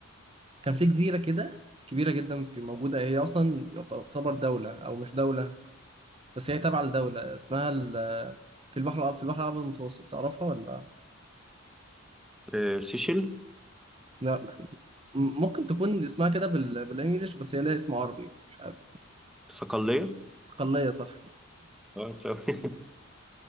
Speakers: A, on the right (about 30°); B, in the centre.
A: كان في جزيرة كده كبيرة جدا في موجودة هي أصلا تعتبر دولة أو مش دولة بس هي تابعة لدولة اسمها ال- في البحر الأب- في البحر الأبيض المتوسط تعرفها ولا
B: آه، سيشل
A: لا م- ممكن تكون اسمها كده بال... بالإنجليش بس هي لها اسم عربي مش عارف
B: صقلية
A: صقلية صح
B: آه، تمام. <laughs>